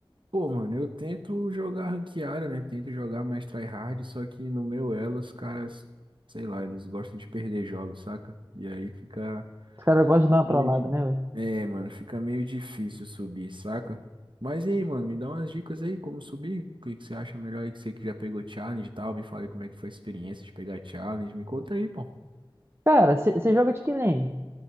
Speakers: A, on the right; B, on the right.
A: Pô, mano, eu tento jogar ranqueada, né? Tento jogar mais tryhard, só que no meu elo os caras, sei lá, eles gostam de perder jogos, saca? E aí fica
B: Os caras gostam de dar uma
A: meio
B: trollada,
A: de...
B: né, velho?
A: É, mano, fica meio difícil subir, saca? Mas e aí, mano, me dá umas dicas aí como subir. O que que você acha melhor aí que você que já pegou challenge e tal? Me fala aí como é que foi a experiência de pegar challenge. Me conta aí, pô.
B: Cara, você você joga de que lane?